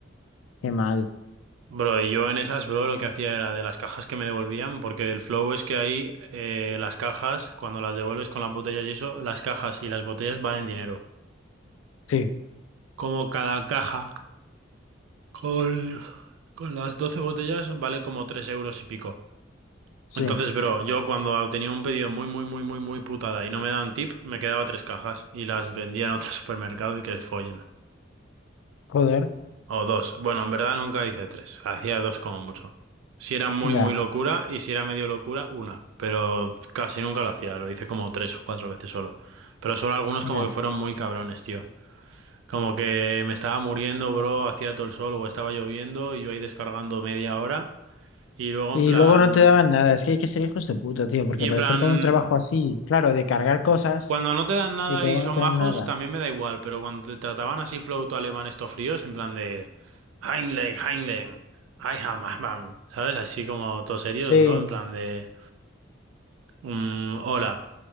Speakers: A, on the left; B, on the right.
A: Qué mal.
B: Bro, y yo en esas, bro, lo que hacía era de las cajas que me devolvían, porque el flow es que ahí eh, las cajas, cuando las devuelves con las botellas y eso, las cajas y las botellas valen dinero.
A: Sí,
B: Como cada caja Con, con las doce botellas vale como 3 euros y pico.
A: sí,
B: Entonces, bro, yo cuando tenía un pedido muy, muy, muy, muy, muy putada y no me daban tip, me quedaba tres cajas y las vendía en otro <laughs> supermercado y que les follen.
A: joder,
B: O dos. Bueno, en verdad nunca hice tres. Hacía dos como mucho. Si era muy,
A: ya,
B: muy locura y si era medio locura, una. Pero casi nunca lo hacía. Lo hice como tres o cuatro veces solo. Pero solo algunos
A: ya.
B: como que fueron muy cabrones, tío. Como que me estaba muriendo, bro, hacía todo el sol o estaba lloviendo y yo ahí descargando media hora. Y luego
A: Y
B: en plan...
A: luego no te daban nada, es que hay que ser hijos de puta, tío, porque
B: Y
A: aparecer
B: en plan,
A: con un trabajo así, claro, de cargar cosas
B: cuando no te dan nada
A: y que luego
B: y son
A: no te
B: majos,
A: den nada.
B: también me da igual, pero cuando te trataban así flauto alemán estos fríos, en plan de... Heinlein, Heinlein, I am, am, am", ¿sabes? Así como todos serios,
A: Sí,
B: bro, en plan de... "Mm, hola.